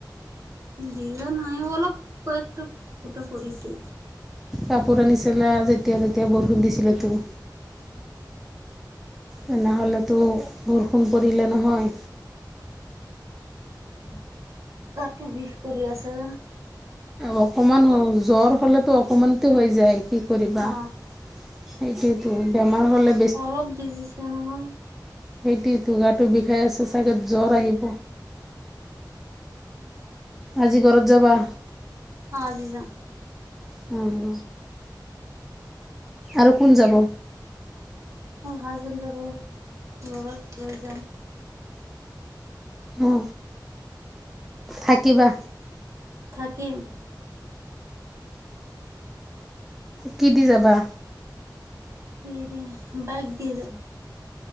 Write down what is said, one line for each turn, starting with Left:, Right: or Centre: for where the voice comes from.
Right: ভিজা নাই অলপ কয় একতা ফুটা পৰিছে।
Centre: কাপোৰ আনিছিলে যেতিয়া তেতিয়া বৰষুণ দিছিল তো
Right: উম,
Centre: তেনেহ'লেতো বৰষুণ পৰিলে নহয়।
Right: অহ, গাটো বিষ কৰি আছে।
Centre: অকমান হ জ্বৰ হলেতো অকমানতো হৈ যায় কি কৰিবা।
Right: অ
Centre: এইটোৱেটো বেমাৰ হ'লে
Right: অলপ ভিজিছে নহয়।
Centre: সেইটো ত গাটো বিষাই আছে চাগে জ্বৰ আহিব। আজি ঘৰত যাবা।
Right: অ, আজি যাম।
Centre: উম, আৰু কোন যাব।
Right: মোৰ হাজবেণ্ড যাব লৰাক লৈ যাম।
Centre: অ, থাকিবা।
Right: থাকিম।
Centre: কি দি যাবা।
Right: কি দি বাইক দি যাম।